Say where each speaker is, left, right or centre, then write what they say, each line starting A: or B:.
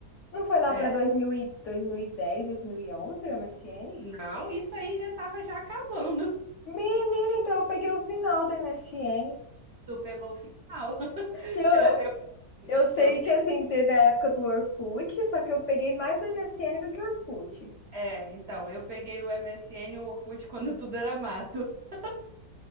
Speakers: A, on the left; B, on the right.
A: Não foi lá
B: é.
A: para dois dois dois mil mil mil e e dez, dois mil e onze, o MSN?
B: Não, isso aí já estava já acabando.
A: Menina, então eu peguei o final do MSN.
B: Tu pegou o final. <laughs>
A: E Eu,
B: Eu,
A: eu sei
B: eu,
A: que,
B: eu,
A: assim, teve a época do Orkut, só que eu peguei mais o MSN do que o Orkut.
B: é, então, eu peguei o MSN e o Orkut quando tudo era mato. Uhum.